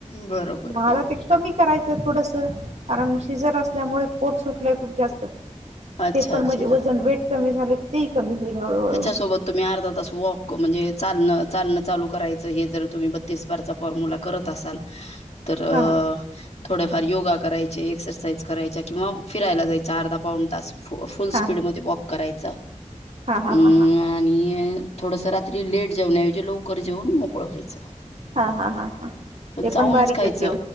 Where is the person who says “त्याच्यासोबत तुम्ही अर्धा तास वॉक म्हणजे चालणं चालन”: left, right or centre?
Left